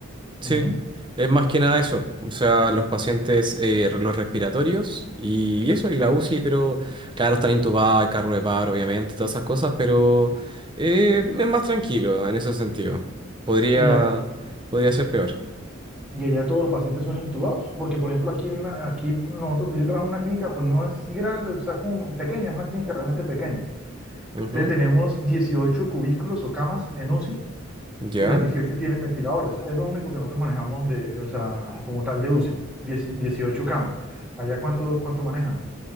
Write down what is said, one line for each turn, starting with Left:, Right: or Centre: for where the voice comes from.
Right: Sí,
Centre: Ujú.
Right: es más que nada eso, o sea, los pacientes, eh, re- los respiratorios y eso, y la UCI, pero claro, están intubados, hay carro de paro, obviamente, todas esas cosas, pero eh, es más tranquilo en ese sentido. Podría,
Centre: Y, a-
Right: podría ser peor.
Centre: Y allá todos los pacientes son intubados, porque por ejemplo aquí, en la- aquí nosotros, yo trabajo en una clínica, pues no es grande, o sea, es como pequeña, es una clínica realmente pequeña.
Right: Ujú,
Centre: Entonces tenemos dieciocho cubículos o camas en UCI
Right: Ya.
Centre: y las 18 tienen ventiladores. Es lo único que nosotros manejamos de, o sea, como tal de UCI, dieci- 18 camas. ¿Allá cuánto, cuánto manejan?